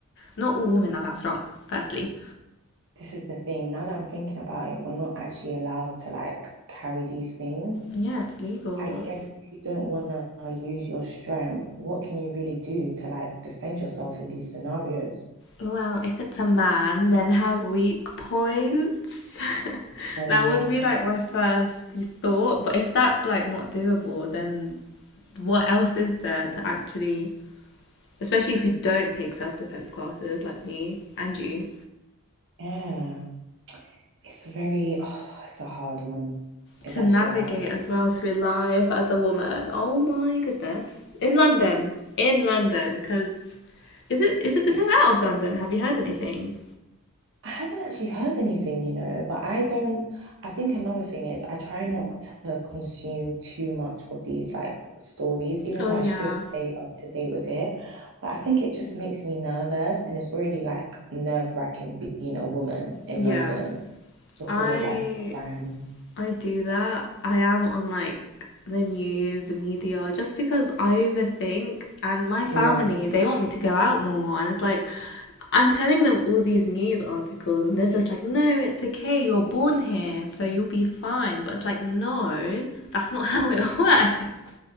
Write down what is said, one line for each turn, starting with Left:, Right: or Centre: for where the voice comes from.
Left: not all women are that strong. Firstly,
Right: this is the thing. Now that I'm thinking about it, we're not actually allowed to like carry these things.
Left: yeah, it's legal.
Right: I guess if you don't want to use your strength, what can you really do to like defend yourself in these scenarios?
Left: Well, if it's a man, men have weak points. <laughs>
Right: Oh,
Left: that
Right: yeah.
Left: would be like my first thought. But if that's like not doable, then what else is there to actually especially if you don't take self defense classes like me and you,
Right: Yeah. It's very, oh, it's a hard one. It's
Left: to
Right: actually
Left: navigate
Right: a hard one.
Left: as well through life as a woman. Oh my goodness. In London. In London. Because is it, is it the
Right: It's
Left: same
Right: just
Left: out of London?
Right: so,
Left: Have you heard anything?
Right: I haven't actually heard anything, you know, but I don't. I think another thing is I try not to consume too much of these like stories, even
Left: Oh,
Right: though
Left: yeah.
Right: I should stay up to date with it. But I think it just makes me nervous, and it's already like nerve-wracking being a woman in
Left: Yeah.
Right: London because
Left: I
Right: of like the crime.
Left: I do that. I am on like the news, the media, just because I overthink and my family,
Right: Yeah,
Left: they want me to go out more. And it's like, I'm telling them all these news articles and they're just like, no, it's okay. You're born here, so you'll be fine. But it's like, no, that's not <laughs> how it works,